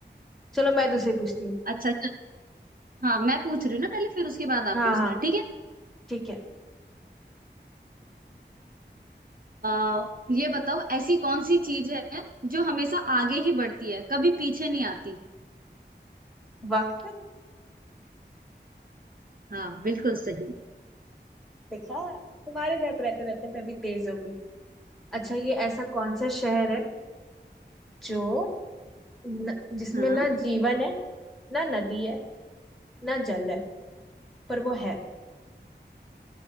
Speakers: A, in the centre; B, on the right.
A: चलो मैं दूसरी पूछती हूँ
B: अच्छा अच्छा हाँ मैं पूछ रही हूँ ना पहले फिर उसके बाद
A: हाँ
B: आप पूछना
A: हाँ
B: ठीक है
A: ठीक है
B: आ, ये बताओ ऐसी कौन सी चीज है जो हमेशा आगे ही बढ़ती है कभी पीछे नहीं आती
A: वक्त
B: हाँ बिल्कुल सही
A: देखा तुम्हारे साथ रहते रहते मैं भी तेज हो गई अच्छा ये ऐसा कौन सा शहर है जो न, जिसमें
B: हाँ
A: ना जीवन है ना नदी है ना जल है पर वो है